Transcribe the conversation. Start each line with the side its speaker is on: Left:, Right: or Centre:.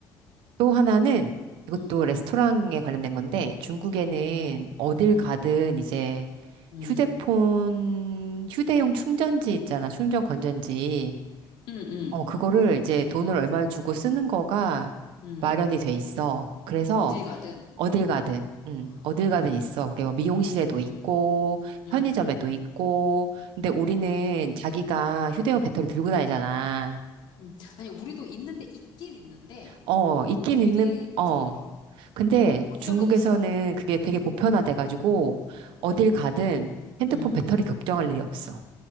Right: 또 하나는 이것도
Left: 응,
Right: 레스토랑에 관련된 건데 중국에는
Left: 응,
Right: 어딜
Left: 응,
Right: 가든 이제
Left: 응,
Right: 휴대폰, 휴대용 충전지 있잖아. 충전 건전지.
Left: 응, 응,
Right: 어, 그거를 이제 돈을 얼마 주고 쓰는 거가
Left: 응.
Right: 마련이 돼 있어. 그래서
Left: 어딜 가든.
Right: 어딜 가든, 음,
Left: 아,
Right: 어딜 가든 있어. 그게 뭐 미용실에도
Left: 응,
Right: 있고,
Left: 응,
Right: 편의점에도
Left: 응,
Right: 있고. 근데 우리는 자기가 휴대용 배터리 들고 다니잖아.
Left: 응. 아니 우리도 있는데 있긴 있는데
Right: 어, 있긴
Left: 되게
Right: 있는, 어.
Left: 드물어.
Right: 근데
Left: 나 본
Right: 중국에서는
Left: 적은 있어.
Right: 그게 되게 보편화돼가지고,
Left: 어,
Right: 어딜 가든 핸드폰
Left: 응,
Right: 배터리 걱정할 일이 없어.